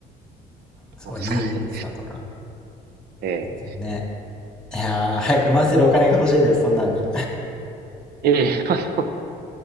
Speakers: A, in the centre; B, on the right.
A: そう、
B: うですかね。
A: ニーサとか。
B: ええ。
A: 全然ね。いやー、早く回せるお金が欲しいです、そんなんに。
B: ええ、まあでも